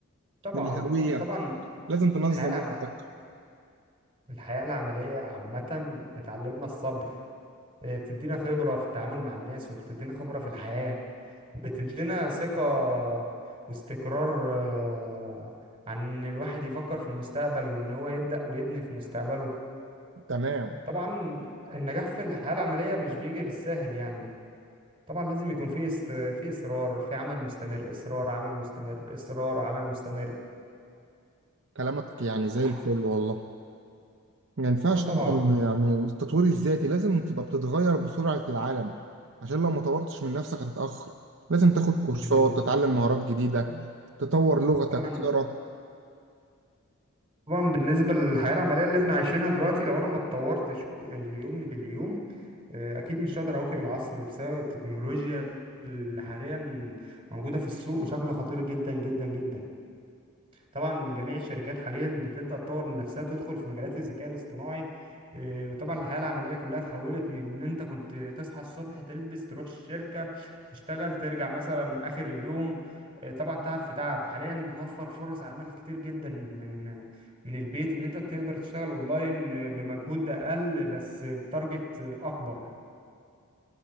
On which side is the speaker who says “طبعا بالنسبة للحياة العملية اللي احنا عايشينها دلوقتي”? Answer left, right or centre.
Right